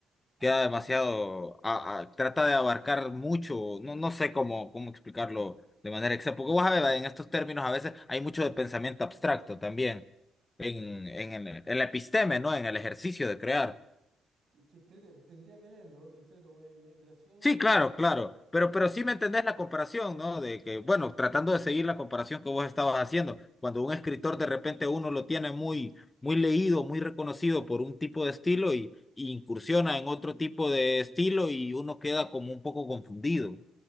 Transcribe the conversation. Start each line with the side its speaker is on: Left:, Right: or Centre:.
Right: Ah,
Left: queda demasiado, a- a- trata de abarcar mucho, no, no sé cómo, cómo explicarlo de manera exacta, porque vos sabés, en estos términos a veces hay mucho de pensamiento abstracto también, en,
Right: sí,
Left: en, el, en la episteme, ¿no? En el ejercicio de crear.
Right: que, que entrete, tendría que leerlo, te entreto, me, me, me nació la duda,
Left: Sí,
Right: porque...
Left: claro, claro, pero, pero
Right: ¿qué-
Left: sí me entendés la comparación, ¿no? De que, bueno, tratando de seguir la comparación que vos estabas haciendo, cuando un escritor de repente uno lo tiene muy, muy leído,
Right: qué?
Left: muy reconocido por un tipo de estilo y, y incursiona en otro tipo de estilo y uno queda como un poco confundido.